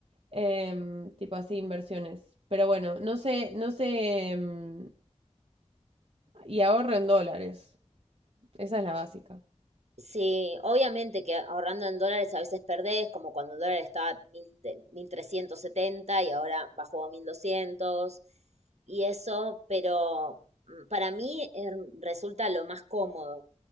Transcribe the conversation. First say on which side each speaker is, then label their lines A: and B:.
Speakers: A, on the right; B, on the right.
A: Em, tipo así, inversiones. Pero bueno, no sé, no sé. em, y ahorro en dólares. Esa es la básica.
B: Sí, obviamente que ahorrando en dólares a veces perdés, como cuando el dólar estaba a 1000 te- 1370 y ahora bajó a 1200 y eso, pero mm, para mí eh, resulta lo más cómodo.